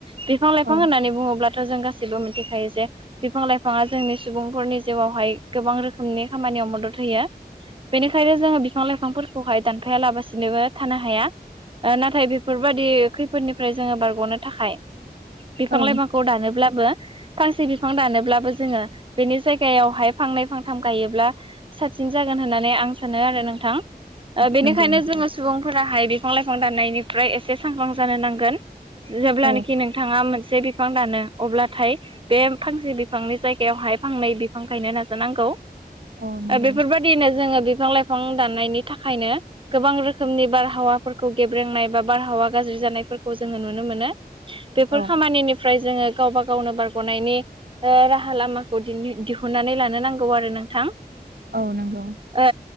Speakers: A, on the right; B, on the right.
A: बिफां लाइफां
B: औ
A: होननानै बुङोब्लाथ' जों गासैबो मिथिखायो जे बिफां लाइफाङा जोंनि सुबुंफोरनि जिउआवहाय गोबां रोखोमनि खामानियाव मदद होयो बेनिखायनो जोङो बिफां लाइफांफोरखौहाय दानफाया लाबासिनोबो थानो हाया ओ नाथाय बेफोरबायदि खैफोदनिफ्राय जोङो बारग'नो थाखाय बिफां
B: औ
A: लाइफांखौ दानोब्लाबो फांसे बिफां दानोब्लाबो जोङो बेनि जायगायावहाय फांनै फांथाम गायोब्ला साबसिन जागोन होननानै आं सानो आरो नोंथां बेनिखायनो
B: नंगौ नंगौ
A: जोङो सुबुंफोराहाय बिफां लाइफां दाननायनिफ्राय एसे सांग्रां जानो नांगोन जेब्लानेखि
B: औ
A: नोंथाङा मोनसे बिफां दानो अब्लाथाय बे फांसे बिफांनि जायगायावहाय फांनै बिफां गायनो नाजानांगौ
B: औ नंगौ
A: बेफोरबायदि बिदिनो जोङो बिफां लाइफां दाननायनि थाखायनो गोबां रोखोमनि बारहावाफोरखौ गेब्रेंनाय बा बारहावा गाज्रि जानायफोरखौ जोङो नुनो मोनो बेफोर
B: औ
A: खामानिनि फ्राय जोङो गावबा गावनो बारग'नायनि ओ राहा लामाखौ दिनि दिहुननानै लानो नांगौ आरो नोंथां
B: औ नंगौ।
A: ओ